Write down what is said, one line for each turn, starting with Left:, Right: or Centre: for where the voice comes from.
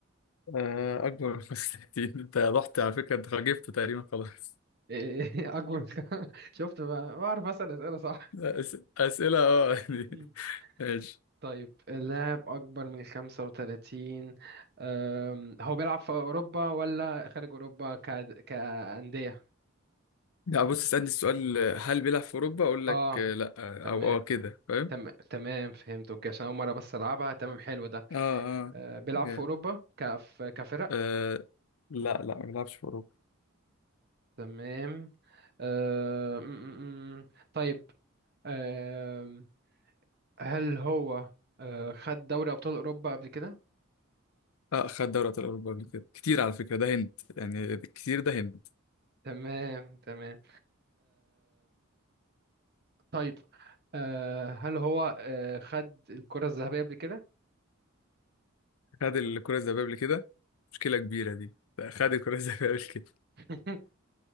Left: آه أكبر من 65 <laughs> انت رحت على فكرة انت جبته تقريبا خلاص
Right: <laughs> اكبر من- <laughs> شفت بقى بعرف اسال اسئله صح
Left: أس- أسئلة اه <laughs>
Right: مم.
Left: ماشي
Right: طيب اللاعب أكبر من 35 أم، هو بيلعب في أوروبا ولا خارج أوروبا ك... كأندية؟
Left: يعني بص اسألني السؤال هل بيلعب في أوروبا أقول لك
Right: آه
Left: آه، لأ
Right: تمام
Left: آه، أو أه كده فاهم
Right: تمام تمام فهمت أوكي عشان أول مرة بس ألعبها تمام حلو ده
Left: اه اه
Right: أه، بيلعب
Left: جامد
Right: في أوروبا كف... كفرق
Left: آه لا لا ما بيلعبش في أوروبا
Right: تمام أه، م- م- م. طيب أم، هل هو أه، خد دوري أبطال أوروبا قبل كده؟
Left: اه خد دوري أبطال أوروبا قبل كده كتير على فكرة ده هنت يعني كتير ده هنت
Right: تمام تمام طيب آه هل هو آه خد الكرة الذهبية قبل كده؟
Left: خد الكرة الذهبية قبل كده مشكلة كبيرة دي خد الكرة الذهبية قبل كده
Right: <laughs>